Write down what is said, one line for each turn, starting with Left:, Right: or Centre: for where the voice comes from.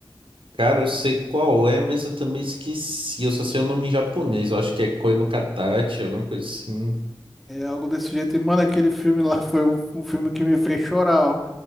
Right: Cara, eu sei qual é, mas eu também esqueci. Eu só sei o nome em japonês. Eu acho que é Koi no Katachi, alguma coisa assim.
Centre: É algo desse jeito. E, mano, aquele filme lá foi o, o filme que me fez chorar, ó.